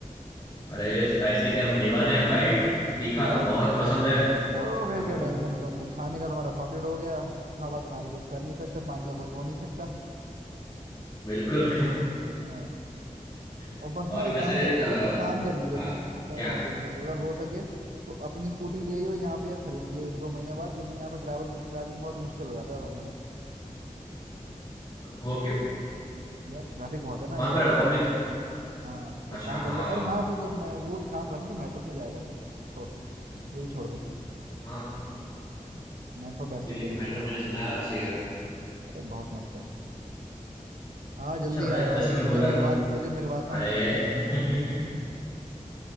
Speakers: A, on the left; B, on the right.
A: अरे स्पाइसी के हम दीवाने हैं भाई तीखा
B: तो बस
A: तो बहुत पसंद है
B: तो फिर
A: हाँ
B: क्या टेंशन है तुमको खाने का तुम्हारा सॉर्टेड हो गया हवा तुम्हारी कुछ कर नहीं सकते पानी का कुछ हो नहीं सकता
A: बिल्कुल
B: <laughs> हाँ
A: <laughs>
B: और बस ना
A: और
B: एक
A: वैसे
B: काम कर
A: तो,
B: एक काम कर लियो
A: हाँ
B: तू एक काम
A: क्या
B: और कर लियो अगर हो सके तो अपनी स्कूटी ले आइयो यहाँ पे या खरीद लियो एक दो महीने बाद लेकिन यहाँ पे ट्रैवल ट्रैवलिंग बहुत मुश्किल हो जाता है वरना
A: वो क्यों
B: यार ट्रैफिक बहुत है ना
A: वहां
B: या
A: पर
B: एक काम
A: पब्लिक
B: हाँ एक
A: अच्छा
B: काम
A: हाँ
B: कर ले अरे हाँ तू तो मैं वो एक काम करना तू मेट्रो से जाएगा फिर छोड़ ये भी छोड़ दे
A: हाँ
B: मेट्रो बेस्ट
A: दिल्ली
B: है तेरे
A: की
B: लिए
A: मेट्रो मैंने सुना है अच्छी है
B: अरे बहुत मस्त है हाँ जल्दी
A: अच्छा वै,
B: आ यार
A: वैसे मैं
B: तुझे
A: बोल
B: मिलवा
A: रहा
B: तुझे मिलवाता
A: था
B: हूँ
A: अरे
B: किसी से मैं
A: <laughs>
B: <laughs>